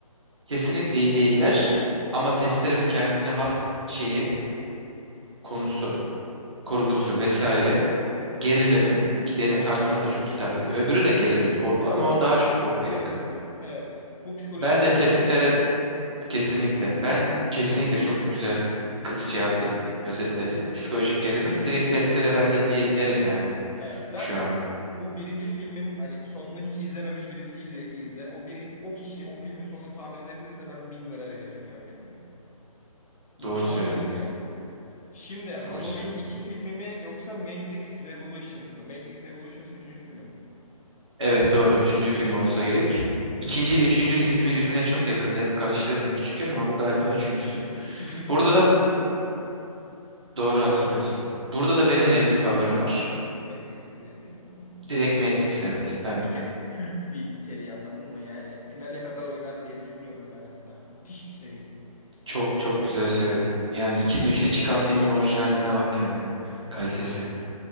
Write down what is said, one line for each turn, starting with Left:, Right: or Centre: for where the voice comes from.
Right: Kesinlikle iyi değiller. Ama Testere'nin kendine has şeyi, konusu, kurgusu
Left: Konusu
Right: vesaire
Left: kesinlikle.
Right: gerilimi ki benim tarzıma da çok hitap ediyor. Öbürü de gerilim korku ama o daha çok korkuya yakın.
Left: Evet. Bu psikolojik
Right: Ben de
Left: gerilim
Right: Testere
Left: biraz daha.
Right: Kesinlikle. Ben kesinlikle çok güzel kı- şey yaptın, özetledin.
Left: Hı hı.
Right: Psikolojik
Left: Teşekkür
Right: gerilim.
Left: ederim.
Right: Direkt testlere ben de diye derim yani
Left: Evet. Zaten
Right: şu an.
Left: bu birinci filmin hani sonunu hiç izlememiş birisiyle izle. O biri, o kişi o filmin sonunu tahmin edebilirse ben bin lira vereceğim ya öyle bir. İmkanı
Right: Doğru söyledin.
Left: yok yani. Şimdi Halloween
Right: Doğru söyledin.
Left: iki filmi mi yoksa Matrix Revolutions mı? Matrix Revolutions üçüncü filmi mi?
Right: Evet doğru. Üçüncü film olsa gerek. İkinci
Left: Hı hı.
Right: ile üçüncünün ismi birbirine çok yakında. Hep karıştırdım küçükken ama bu galiba üçüncüsü.
Left: 2003'te
Right: Burada
Left: çıktı
Right: da
Left: sonuncu herhalde.
Right: doğru hatırlıyorsun. Burada da benim net bir favorim var.
Left: Matrix'tir diye düşünüyorum.
Right: Direkt Matrix evet.
Left: Ya
Right: Ben
Left: bir kere kült bir seri anladın mı? Yani finale kadar oynar diye düşünüyorum ben hatta. Müthiş bir seri çünkü.
Right: çok çok güzel söyledin. Yani 2003'te çıkan filmin orijinaline bak yani.
Left: Evet.
Right: Kalitesi.